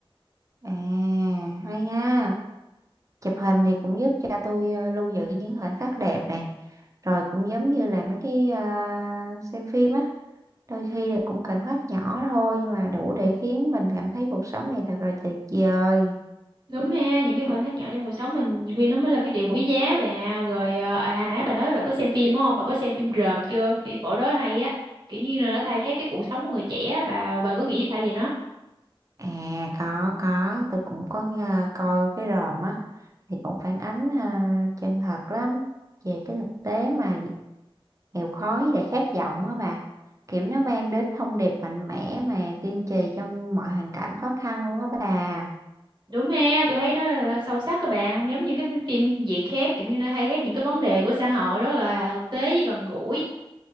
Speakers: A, on the right; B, on the right.
A: à hay ha chụp hình thì cũng giúp cho tôi à, lưu giữ những khoảnh khắc đẹp nè rồi cũng giống như là mấy cái à, xem phim á đôi khi là cũng khoảnh khắc nhỏ thôi nhưng mà đủ để khiến mình cảm thấy cuộc sống này thật là tuyệt vời
B: Đúng ha, những cái khoảnh khắc nhỏ trong cuộc sống mình nhiều khi nó mới là cái điều quý giá bà. Rồi ờ, à nãy bà nói bà có xem phim đúng không? Bà có xem phim Rờm chưa? Phim bộ đó hay á. Kiểu như là nó thay khác cái cuộc sống của người trẻ, á. bà bà có nghĩ sao về nó?
A: À có có tôi cũng có nghe, coi cái ròm á thì cũng phản ánh à, chân thật lắm về cái thực tế mà nghèo khó với lại khát vọng á bà kiểu nó mang đến thông điệp mạnh mẽ mà kiên trì trong mọi hoàn cảnh khó khăn luôn á bà
B: Đúng ha, tôi thấy nó là sâu sắc các bà, không giống những cái phim phim Việt khác, kiểu như nó thay khác những cái vấn đề của xã hội rất là thực tế với gần gũi.